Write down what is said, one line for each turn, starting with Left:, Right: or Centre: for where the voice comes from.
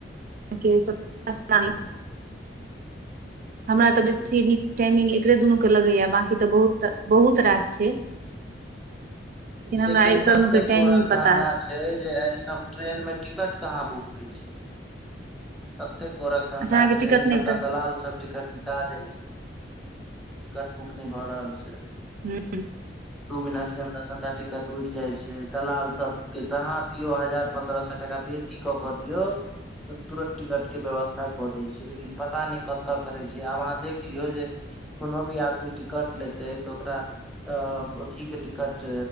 Right: <unintelligible> हमरा तऽ
Centre: ह
Right: बेसी नीक टाइमिग एकरे दुनू लगे य बकि त बहुत रास छै
Centre: लेकिन
Right: हमरा एकर
Centre: ततेक
Right: दुनू के टाइमिंग
Centre: गोरक
Right: पता
Centre: धन्धा
Right: अछि
Centre: छै जे एहिसभ ट्रेनमे टिकट कहाँ बुक होय छै एते गोरक धंधा
Right: अच्छा अहाँके
Centre: छै
Right: टिकट
Centre: सबटा
Right: नहि भेटल
Centre: दलाल सब टिकट बिका जाय छै टिकट बुक नहि भऽ रहल छै
Right: हू
Centre: दू मिनट के अन्दर सबटा टिकट उइर जाइ छै दलाल सबके जहाँ दू यो हजार पन्द्रह सौ टाका बेसी कऽ कऽ दियऔ तुरत टिकट के व्यवस्था कऽ दै छै लेकिन पता नहि कतऽ करै छै आब अहाँ देख लियौ जे कोनो भी आदमी टिकट लेतेै तऽ ओकरा अ की के ticket